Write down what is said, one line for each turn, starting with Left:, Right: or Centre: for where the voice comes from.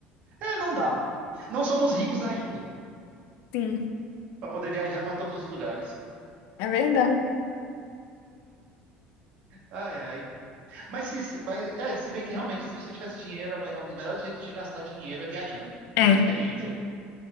Right: É, não dá. Não somos ricos ainda
Left: Sim,
Right: para poder viajar para todos os lugares.
Left: é verdade.
Right: Ai, ai. Mas, se, mas é, se bem que realmente, se você tivesse dinheiro, é um dos melhores jeitos de gastar dinheiro é viajando.
Left: É,
Right: Porque a experiência